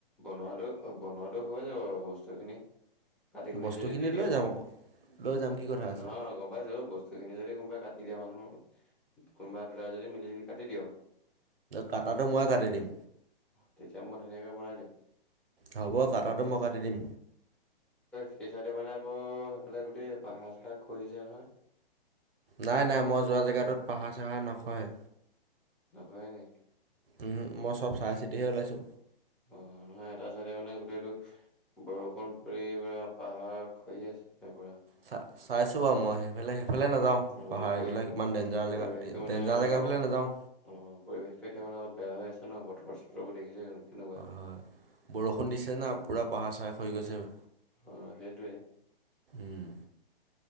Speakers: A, in the centre; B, on the right.
A: বনোৱাাতটো বনোৱাাতটো হৈ যাব বু বস্তুখিনি কাটি কুটি
B: বস্তুখিনি
A: যদি দি দিয়
B: লৈ
A: অ
B: যাম আকৌ লৈ যাম কি কথা আছে
A: নহয় গম পাইছো বস্ত বস্তুখিনি যদি কোনোবাই কাটি দিয়া মানুহ কোনোবা দুটা যদি মিলি জুলি কাটি দিয়
B: কাটাটো মই কাটি দিম
A: তেতিয়া মই ধুনীয়াকৈ বনাই দিম
B: হ'ব কটাটো মই কাটি দিম
A: সেই চাইডে মানে আকৌ সেইফালে গোটেই পাহাৰ চাহাৰ খহিছে নহয়
B: নাই নাই মই যোৱা জেগাটোত পাহাৰ চাহা নখহে
A: নকয় ন
B: উ মই চব চাহাই চিতিহে ওলাইছো
A: অ', হয় এটা চাইডে মানে গোটেইটো বৰষুণ পৰি পুৰা পাহাৰ খহি আছে মানে পুৰা
B: চ চাইছো বা মইে সফে সেইফালে
A: উম,
B: নাযাওঁ
A: অ',
B: পাহাৰ
A: গোটেই
B: এইবিলাক ইমান ডেঞ্জাৰ
A: পৰিৱেশটো
B: জেগা
A: মানে
B: ডেঞজাৰ জেগাফালে
A: অলপ
B: নাযাওঁ
A: অ', পৰিৱেশতটো এতিয়া মানে অলপ বেয়া হৈ আছে চৰ চথ্ৰ কৰি দেখি জানো কেনেকুৱা।
B: হয় বৰষুণ দিছে না পোৰা পাহাৰ চাহা খহি গৈছে গৈ।
A: অ', সেইটোৱে।
B: উম।